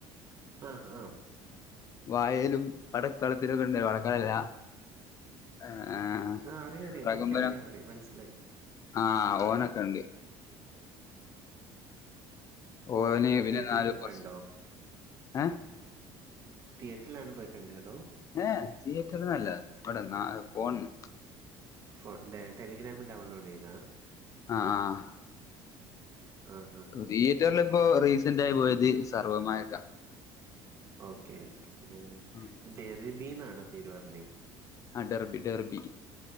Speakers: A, on the right; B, on the left.
A: ആഹ് ആഹ്.
B: വായേലും പടക്കളത്തിലൊക്കെണ്ടേനു പടക്കളല. ഏഹ്
A: ആ അറിയാം അറിയാം
B: പ്രകമ്പനം
A: എനിക്കറിയാം അവനെ മനസ്സിലായി
B: ആഹ് ഓനക്കണ്ട്.
A: ഓഒ
B: ഓന് പിന്നെ
A: തിയട്രി
B: നാല്
A: പോയ്കണ്ടോ?
B: കുറച്ച് ഏഹ്
A: തിയറ്റിലാണോ പോയ്ക്കണ്ടേ അതോ.
B: ഏഹ തിയേറ്റർന്നല്ല ഇവ്ടെ ന്ന ഫോൺന്ന്.
A: ഫോൺ ടെ ടെലിഗ്രാമന്ന് ഡൗൺലൊഡെയ്താ.
B: ആഹ ആഹ്
A: ആ ആ
B: പുതി
A: ആ
B: തിയറ്റർലിപ്പൊ റീസന്റായ് പോയത് സർവ്വമായക്ക.
A: ഓക്കേ ഓക്കേ ആഹ്.
B: ആഹ.
A: തെറീബീന്നാണോ പേര് പർഞ്.
B: ആ ഡർബി ഡർബി.